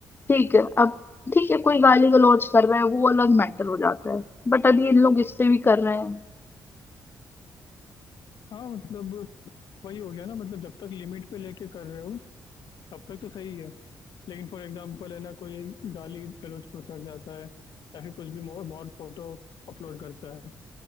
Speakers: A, on the left (about 30°); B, on the left (about 70°).
A: ठीक है अब ठीक है कोई गाली गलौज कर रहा है वो अलग मैटर हो जाता है बट अभी इन लोग इस पे भी कर रहे हैं
B: हाँ मतलब वही हो गया ना मतलब जब तक लिमिट पे लेके कर रहे हो तब तक तो सही है लेकिन फॉर एग्जांपल है ना कोई गाली गलौज पे उतर जाता है या फिर कुछ भी मोर मोर फोटो अपलोड करता है